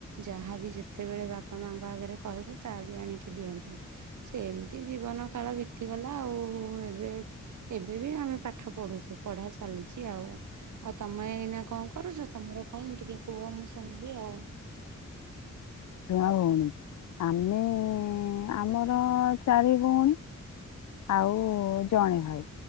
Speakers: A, on the right (about 75°); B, on the left (about 70°).
A: ଯାହାବି ଯେତେବେଳେ ବାପା ମା ଭାବରେ କହିବୁ ତା ବି ଆଣିକି ଦିଅନ୍ତି। ସେମିତି ଜୀବନ କାଳ ବିତିଗଲା ଆଉ ଏବେ ଏବେ ବି ଆମେ ପାଠ ପଢୁଛୁ ପଢା ଚାଲିଛି ଆଉ। ଆଉ ତମେ ଏଇନା କଣ କରୁଛ? ତମର କଣ ଟିକେ କୁହ ମୁଁ ଶୁଣିବି ଆଉ।
B: ଶୁଣ ଭଉଣୀ। ଆମେ ଆମର ଚାରି ଭଉଣୀ ଆଉ ଜଣେ ଭାଇ